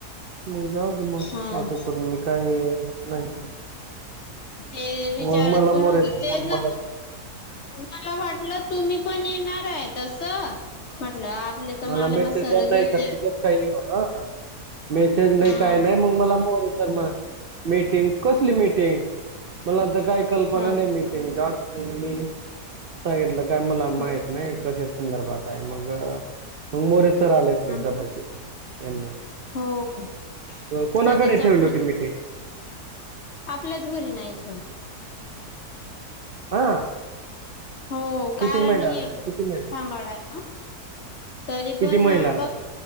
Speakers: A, on the right; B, on the left.
A: मग जावू दे मग
B: हं.
A: असं करून मी काय नाही
B: ते विचारत
A: मग मला
B: पण
A: मोरेचा
B: होते तेच
A: फोन
B: ना
A: मला
B: मला वाटलं तुम्ही पण येणार आहे तसं आपले तर
A: मला
B: माले
A: मेसेज
B: मा सरच
A: आला नाही
B: येतील
A: तर काय येऊ मगं श नाही
B: हं,
A: काय नाही मग मला मोरे सर म्हणले मीटिंग कसली मीटिंग मला आता काय कल्पना
B: हं,
A: नाही मीटिंग जावू दे मी सांगितलं काय मला माहित
B: हं,
A: नाही कशा संदर्भात आहे मग मग मोरे सर आले असतील
B: हं.
A: कदाचित त्यांनी
B: हो कधीच
A: अ, कोणाकडे
B: म्हणतं
A: ठेवली होती मीटिंग
B: होते आपल्याच घरी नाही इथं
A: हा
B: हो
A: किती
B: कारण
A: महिला
B: हे
A: आल्या
B: द
A: किती महिला
B: सांभाळाय ना तरी
A: किती
B: पण
A: महिला
B: बघ